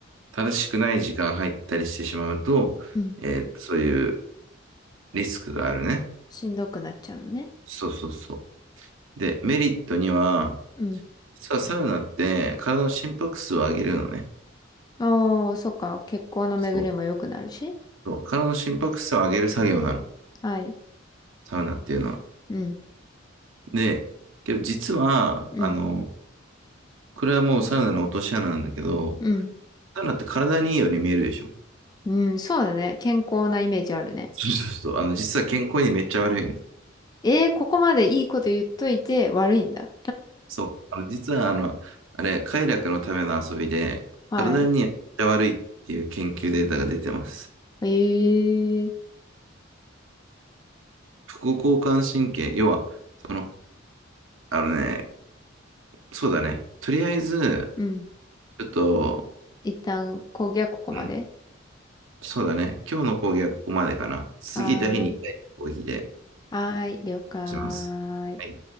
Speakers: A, on the right; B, on the left.
A: 正しくない時間入ったりしてしまうと、
B: うん。
A: えーそういうリスクがあるね。
B: しんどくなっちゃうのね。
A: そうそうそう。で、メリットには、
B: うん
A: 実はサウナって体の心拍数を上げるのね。
B: ああ、そっか。血行の巡りも良くなるし。
A: そう。そう体の心拍数を上げる作業なの。
B: はい。
A: サウナっていうのは。
B: うん。
A: で、けど実は、
B: うん。
A: あの、これはもうサウナの落とし穴なんだけど、
B: うん。
A: サウナって体にいいように見えるでしょ。
B: うん。そうだね。健康なイメージあるね。
A: <laughs> そうそうそう。あの、実は健康にめっちゃ悪いの。
B: えー、ここまでいいこと言っといて悪いんだ。
A: そう。あの、実はあの、あれ、快楽のための遊びで、
B: はい。
A: 体にめっちゃ悪いっていう研究データが出てます。
B: ええー。
A: 副交感神経、要は、その、あのね、そうだね。とりあえず、
B: うん。
A: ちょっと、
B: 一旦、講義はここまで。
A: うん、そうだね。今日の講義はここまでかな。次、
B: はーい。
A: 第2回の講義で
B: はーい。了解。
A: します。はい